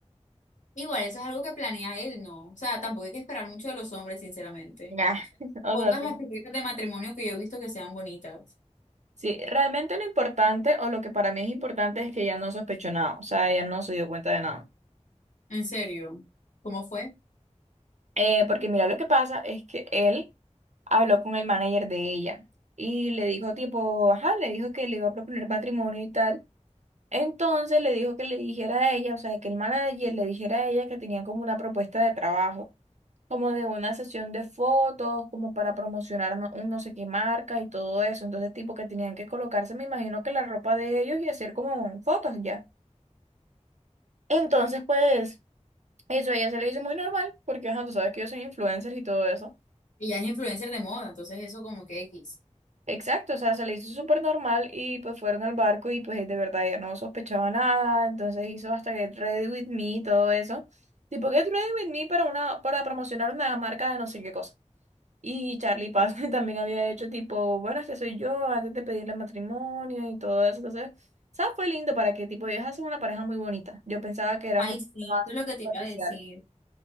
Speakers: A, on the left; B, on the right.
A: Igual, eso es algo que planea él, ¿no? O sea, tampoco hay que esperar mucho de los hombres, sinceramente.
B: ya <laughs> O
A: Pocas
B: sea, sí.
A: las propuestas de matrimonio que yo he visto que sean bonitas.
B: Sí, realmente lo importante, o lo que para mí es importante, es que ella no sospechó nada, o sea, ella no se dio cuenta de nada.
A: En serio. ¿Cómo fue?
B: Eh, porque mira, lo que pasa es que él habló con el manager de ella y le dijo tipo, ajá, le dijo que le iba a proponer matrimonio y tal. Entonces le dijo que le dijera a ella, o sea, que el manager le dijera a ella que tenía como una propuesta de trabajo, como de una sesión de fotos, como para promocionar no- un no sé qué marca y todo eso. Entonces, tipo que tenían que colocarse, me imagino que la ropa de ellos y hacer como fotos ya. Entonces, pues, eso a ella se le hizo muy normal, porque, ajá, tú sabes que yo soy influencer y todo eso.
A: Ella es influencer de moda, entonces eso como que X.
B: Exacto, o sea, se le hizo súper normal y pues fueron al barco y pues de verdad ya no sospechaba nada, entonces hizo hasta Get Ready With Me y todo eso. Tipo Get Ready With Me para una, para promocionar una marca de no sé qué cosa. Y Charlie Paz <laughs> también había hecho tipo, bueno, este soy yo, antes de pedirle matrimonio y todo eso. Entonces, ¿sabes? Fue lindo para que tipo ellos hacen una pareja muy bonita. Yo pensaba que eran
A: Ay,
B: un poquito
A: sí,
B: más
A: eso es lo que
B: superficiales.
A: te iba a decir.